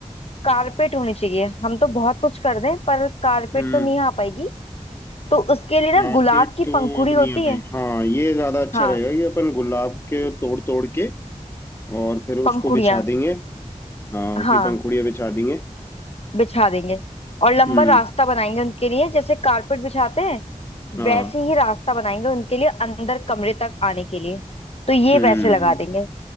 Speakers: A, on the left (about 50°); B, on the left (about 20°).
A: कारपेट होनी चाहिए हम तो बहुत कुछ कर दें पर कारपेट
B: हम्म
A: तो नहीं आ पाएगी तो उसके लिए ना
B: कारपेट
A: गुलाब की
B: तो
A: पंखुड़ी
B: अब
A: होती
B: नहीं आ पाई
A: है
B: हाँ ये ज्यादा अच्छा
A: हाँ
B: रहेगा कि अपन गुलाब के तोड़ तोड़ के और फिर उसको
A: पंखुड़ियाँ
B: बिछा देंगे हाँ उसकी
A: हाँ
B: पंखुड़ियाँ बिछा देंगे
A: बिछा देंगे और लंबा
B: हम्म
A: रास्ता बनाएंगे उनके लिए जैसे कारपेट बिछाते हैं
B: हाँ
A: वैसे ही रास्ता बनाएंगे उनके लिए अंदर कमरे तक आने के लिए तो ये
B: हम्म
A: वैसे लगा देंगे